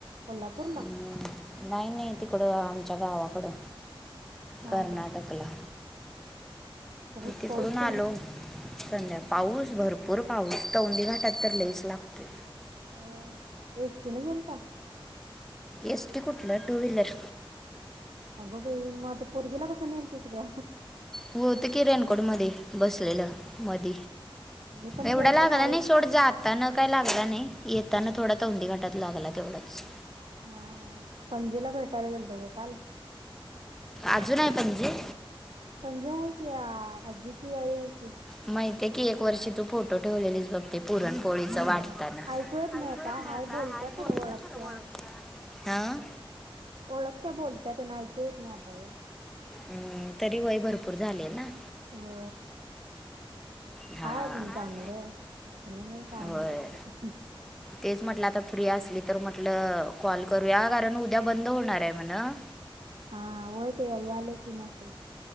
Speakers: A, on the right (about 75°); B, in the centre.
A: कोल्हापूरला
B: अं, नाही नाही तिकडं आमच्या गावाकडं
A: हा
B: कर्नाटकला
A: हा पाऊस
B: तिकडून
A: पाऊस
B: आलो
A: तेन
B: संजाका पाऊस भरपूर पाऊस तौंडीी घाटात तर लईच लागतोय
A: हो एस् दिन गंत
B: एसट कुठलं टू व्हीलर
A: अगं बाई मग ते पोरगीला कसं नेलतीस ग?
B: हो ते किरण कोकडमध्ये बसलेलं मध
A: मी पण
B: एवढा
A: गेलतो
B: लागला
A: काल
B: नाही सोड जाता न काही लागला नाही येताना थोडा तर उंंदी गाटात लागला तेवढंच
A: हा पणजीला भेटायला गेलतो ग काल
B: अजून आहे पणजे
A: पणजी आहे की आजीची आई आहे की
B: माहितय की एक वर्षी तू फोटो ठेवलेलीस बघते पुरणपोळीच
A: होय
B: वाटताना
A: ऐकू येत
B: ऐकत
A: नाही आता
B: नाहीता
A: बोलत्या
B: हाय बोलत
A: ओळखत्या
B: खरं ओळख
A: ओळखत बोलत्या त्यांना ऐकू येत नाही आता ग
B: हम्म तरी वय भरपूर झाले ना
A: हो
B: हां
A: हाय अजून चांगले आहे दुकण नाही काय
B: होय
A: नाही कसलं
B: तेच म्हटलं आता फ्री असली तर म्हटलं कॉल करूया कारण उद्या बंद होणार आहे म्हणा
A: हा होय ते याले की मेसेज